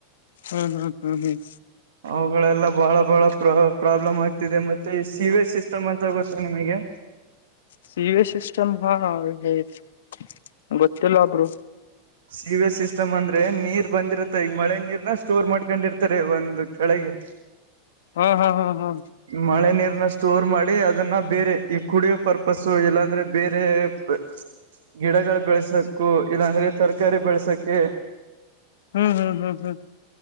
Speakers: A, on the left; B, on the right.
A: ಹ್ಮ್ ಹ್ಮ್ ಹ್ಮ್ ಹ್ಮ್
B: ಅವುಗಳೆಲ್ಲ ಬಹಳ ಬಹಳ ಪ್ರ ಪ್ರಾಬ್ಲಮ್ ಆಗ್ತಿದೆ ಮತ್ತೆ ಸೀಿವೇಜ್ ಸಿಸ್ಟಮ್ ಅಂತ ಗೊತ್ತಾ ನಿಮಗೆ
A: ಸಿ ಎ ಸಿಸ್ಟಮ್ ಹಾ <inaudible> ಗೊತ್ತಿಲ್ಲ ಬ್ರೋ
B: ಸೀಿವೇಜ್ ಸಿಸ್ಟಮ್ ಅಂದ್ರೆ ನೀರ್ ಬಂದಿರುತ್ತೆ ಈಗ ಮಳೆ ನೀರ್ನ ಸ್ಟೋರ್ ಮಾಡ್ಕೊಂಡಿರ್ತಾರೆ ಒಂದು ಕಡೆಗೆ.
A: ಹ್ಮ್ ಹ್ಮ್ ಹ್ಮ್ ಹ್ಮ್
B: ಮಳೆ ನೀರನ ಸ್ಟೋರ್ ಮಾಡಿ ಅದನ್ನ ಬೇರೆ ಈ ಕುಡಿಯೋ ಪರ್ಪಸ್ ಇಲ್ಲಾಂದ್ರೆ ಬೇರೆ <unintelligible>
A: ಹ್ಮ <unintelligible>
B: ಗಿಡಗಳು ಬೆಳಸಕು ಇಲ್ಲಾಂದ್ರೆ ತರಕಾರಿ ಬೆಳಸಕೆ
A: ಹ್ಮ್ ಹ್ಮ್ ಹ್ಮ್ ಹ್ಮ್